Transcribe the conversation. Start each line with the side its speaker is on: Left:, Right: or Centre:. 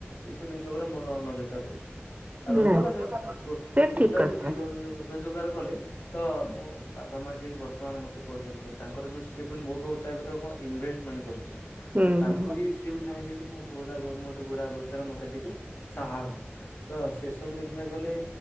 Left: ଏଇସବୁ ଜିନିଷ ଉପରେ ମୋର ନଜର ଟା ରହୁଛି ଆଉ ରୋଜଗାର
Right: ନା
Left: ଟ
Right: ସେ
Left: ଟୋଟାଲି
Right: ଠିକ କଥା।
Left: ଜିରୋ ରୋଜଗାର କଲେ ତ ମୋ ବାପା ମା ଯାଏଁ ବର୍ତ୍ତମାନ ମତେ ପଇସା ଦଉଛନ୍ତି ତାଙ୍କର ଯୋଉ ସ ଜି ସେ ପୁଣି ମୋ ବି ଗୋଟାଇପରେ କଣ ଇନଭେଷ୍ଟମେଣ୍ଟ କରିଛନ୍ତି
Right: ହୁଁ
Left: ତ ତାଙ୍କୁ
Right: ହୁଁ।
Left: ବି ସିଏ ବି ଚାହିଁବେ କି ମୁଁ ପୁଅଟା ମ ମୋତେ ବୁଢା ବୟସରେ ମତେ ଟିକେ ସାହା ହଉ ତ ସେ ସବୁ ଦେଖିବାକୁ ଗଲେ